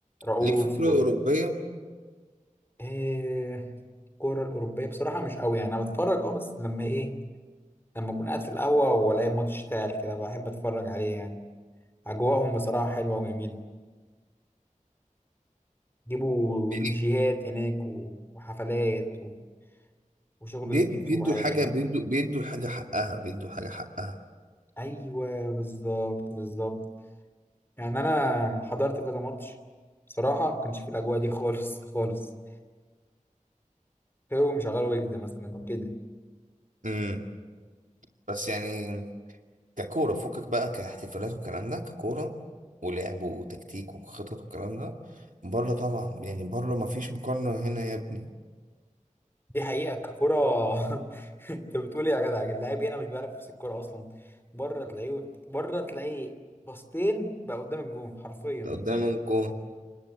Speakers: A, on the left; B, on the right.
A: رؤوف
B: ليك في الكرة
A: و
B: الأوروبية
A: إيه. الكوره الاوروبيه بصراحه مش قوي يعني انا بتفرج اه بس لما ايه لما اكون قاعد في القهوه والاقي ماتش اشتغل كده بحب اتفرج عليه يعني اجواءهم بصراحه حلوه وجميله جيبوا
B: يعني
A: ديجيهات هناك و- وحفلات و- وشغل
B: بيد-
A: نضيف
B: بيدوا
A: وعالي
B: الحاجة
A: يعني
B: بيدوا بيدوا الحاجة حقها بيدوا الحاجة حقها
A: ايوه بالظبط بالظبط يعني انا حضرت كذا ماتش بصراحه ما كانش فيه الاجواء دي خالص خالص كانوا مشغلوا ويجز مثلا كده
B: امم بس يعني ككورة فكك بقى كاحتفالات والكلام ده ككورة ولعب وتكتيك وخطط والكلام ده بره طبعا يعني بره مفيش مقارنة هنا يا ابني
A: دي حقيقه ككره <laughs> انت بتقول ايه يا جدع اللاعب هنا مش بيعرف يمسك الكوره اصلا بره تلاقيه بره تلاقيه باصتين بقى قدام الجون حرفيا
B: ده قدام الجون